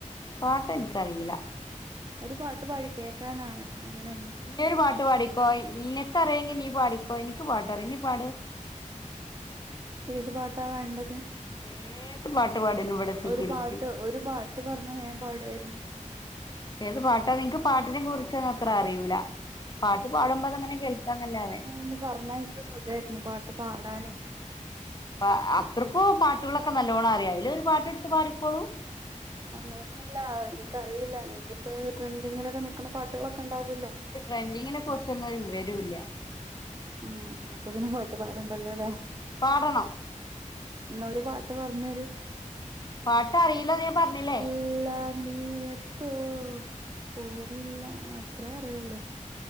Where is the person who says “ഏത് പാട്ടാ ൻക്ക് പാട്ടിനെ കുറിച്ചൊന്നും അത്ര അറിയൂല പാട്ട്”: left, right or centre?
Left